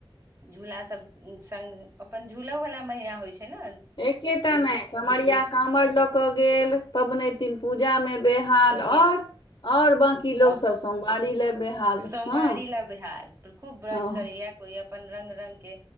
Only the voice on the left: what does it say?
एक्के टा नहि कमरिया काँवर ल क गेल पबनैतिन पूजा मे बेहाल और
और बांकी लोग
सब सोमवारी लए बेहाल
हँ
ओह